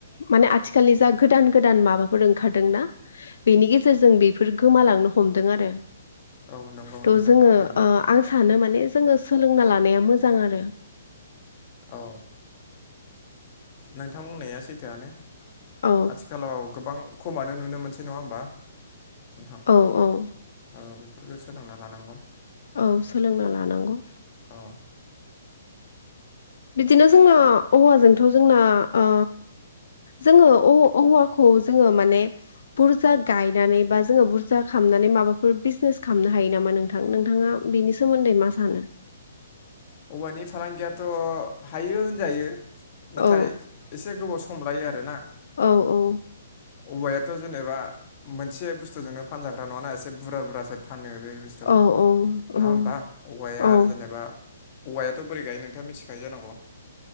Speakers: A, on the left (about 70°); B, on the left (about 30°).
A: माने आथिखालनि जा गोदान गोदान माबाफोर ओंखारदोंना बेनि गेजेरजों उम बेफोर गोमालांनो हमदों आरो
B: औ नंगौ
A: त'
B: नोंथां
A: जोङो
B: थारैनो
A: ओ
B: नंगौ
A: आं सानो मानेज जोङो सोलोंना लानाया मोजां आरो
B: औ नोंथां बुंनाया सैथोआनो
A: औ
B: आथिखालाव गोबां खमानो नुनो मोनसै नङा होमबा नोंथां
A: औ औ
B: औ बेफोरखौ सोलोंना लानांगौ
A: औ सोलोंना लानांगौ
B: अ
A: बिदिनो जोंना औवाजोंथ' जोंना ओ जोङो औ-औवाखौ जोङो माने बुरजा गायनानै बा जोङो बुरजा खा नानै माबाफोर बिजनेस खामनो हायो नामा नोंथां नोंथाङा बेनि सोमोन्दै मा सानो?
B: <inaudible> औवानि फालांगियाथ' हायो होनजायो नाथाय
A: औ
B: एसे गोबाव स' खमलायो आरो ना
A: औ औ
B: औवायाथ' जेनेबा मोनसे बुस्थुजोंनो फानजाग्रा नङाना एसे बुरा बुरजासो फानो बे बुस्थुखौ
A: औ औ
B: नङा
A: औ
B: होमबा औवाया
A: औ
B: जेनेबा औवायाथ बोरै गायो नोंथाङा मिथिखायो जानांगौ।